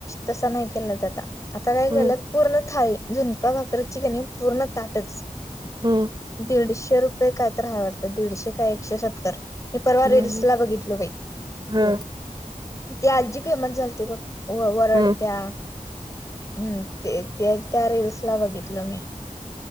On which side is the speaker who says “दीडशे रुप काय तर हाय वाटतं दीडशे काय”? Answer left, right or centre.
Left